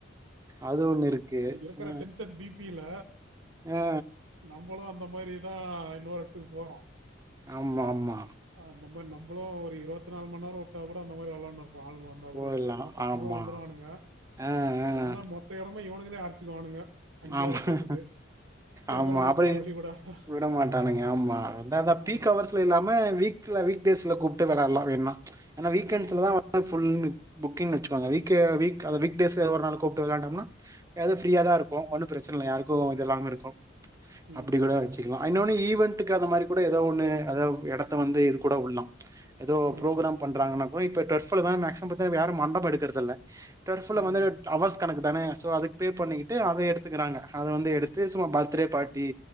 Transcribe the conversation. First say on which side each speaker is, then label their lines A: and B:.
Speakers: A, on the right; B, on the right.
A: அது ஒண்ணு இருக்கு
B: எனக்கு இருக்குற
A: ம்
B: டென்ஷன் பீ ப்பீல
A: ஆ
B: நம்பளு அந்த மாரி தா இன்னொர் எடத்துக் போறோ
A: ஆமா ஆமா
B: அந்த மாரி நம்பளு ஒரு இருவத்நால் மண் நேரோ உட்டா கூட அந்த மாரி விளான்னு இருக்போ ஆளுங்க வந் தா
A: போயிட்லா
B: கூட சொன்னா பசங்களு
A: ஆமா
B: வந்துருவானுங்க
A: ஆ ஆ
B: என்ன மொத்த எடமு இவனுங்களே அரிசிச்சுக்குவானுங்க அரிச்சுக்குவானுங்க அங்கேயே
A: ஆமா
B: உக்காந்துட்டு இருக்கிறவங்களுக்கெல்லாம்
A: ஆமா அப்படியு
B: வழி விடாத
A: விட மாட்டானுங்க ஆமா அந்தா பீ
B: ஆமா
A: கவர் வீட்ல இல்லாம வீக்ல வீக்டேஸ்ல கூப்டு விளால்லா வேன்னா வீக்கெண்ட்ஸ்ல
B: ஆமா
A: தா ஃபுல் புக்கிங் வச்சுகோங்க வீக்க வீக் வீக் டேஸ் எத ஒரு நாள் கூப்ட்டு விளாண்டம்னா எது ஃப்ரீயா தா இருக்கு ஒன்னு பிரச்சன இல்ல யாருக்கு எது இல்லாமே இருக்கு
B: ம்
A: அப்படி கூட
B: ம்
A: வச்சு க்கலா இன்னொன்னு ஈவென்டுக்கு அந்த மாரி கூட எதோ ஒண்ணு அதாவ் எடத்த வந்து இது கூட உல்லா எதோ
B: ம் ம்
A: ப்ரோக்ராம் பண்றாங்கன்னா கூட இப்ப ட்ரெஃபுலதா மேக்சிமம் பாத்தா இப்ப யாரு மண்டப எடுக்கற்து இல்ல ட்டெஃப்புல
B: ம்
A: வந்து அவர்ஸ் கணக்கு தானே சோ அதுக் பே பண்ணிகிட்டு அத எடுத் துக்கறாங்க அத வந்து எடுத்து சும்மா பர்த்டே பார்ட்டி